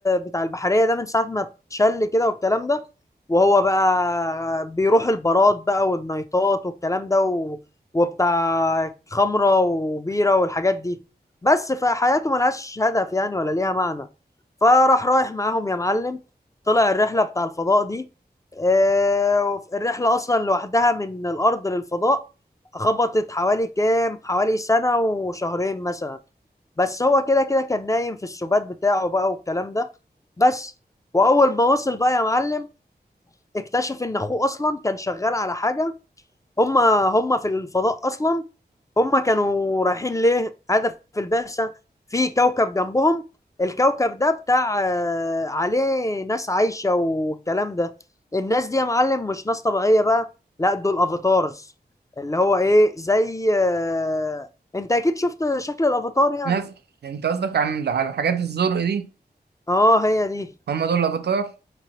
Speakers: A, on the left (about 20°); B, on the right (about 75°).
A: بتاع البحرية ده من ساعة ما اتشل كده والكلام ده وهو بقى بيروح البارات بقى والنايتات والكلام ده و... وبتاع خمرة وبيرة والحاجات دي بس فحياته ملهاش هدف يعني ولا ليها معنى فراح رايح معاهم يا معلم طلع الرحلة بتاع الفضاء دي آه، وف- الرحلة أصلا لوحدها من الأرض للفضاء خبطت حوالي كام حوالي سنة وشهرين مثلا بس هو كده كده كان نايم في السبات بتاعه بقى والكلام ده بس واول ما وصل بقى يا معلم اكتشف ان اخوه اصلا كان شغال على حاجه هما هما في الفضاء اصلا هما كانوا رايحين ليه هدف في البعثه في كوكب جنبهم الكوكب ده بتاع آه، عليه ناس عايشه والكلام ده الناس دي يا معلم مش ناس طبيعيه بقى لا دول افاتارز اللي هو ايه زي آه، انت اكيد شفت شكل الافاتار يعني
B: ناس انت قصدك عن على الحاجات الزرق دي
A: اه هي دي
B: هم دول الافاتار